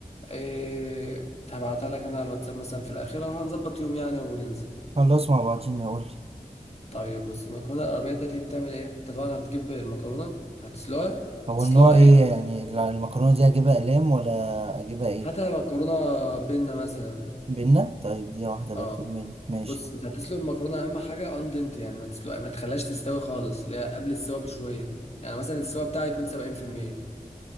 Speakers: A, on the left; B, on the right.
A: آه، هبعتها لك انا على الواتساب مثلا في الاخرة وهنظبط يوم يعني وننزل
B: خلاص مع بعضينا قولي
A: طيب بص المكرونه الاربعية دي بتعمل ايه انت طبعا هتجيب المكرونه هتسلقها
B: هو
A: تسلقها
B: النوع إيه
A: ايه
B: يعني الع- المكرونة دي أجيبها أقلام ولا أجيبها إيه؟
A: هاتها مكرونه بينا مثلا
B: بينا طيب دي واحدة بكتب
A: اه
B: بينا ماشي
A: بص انت هتسلق المكرونه اهم حاجه اندنت يعني ما تسلق ما تخليهاش تستوي خالص اللي هي قبل السوا بشويه يعني مثلا السوا بتاعها يكون 70%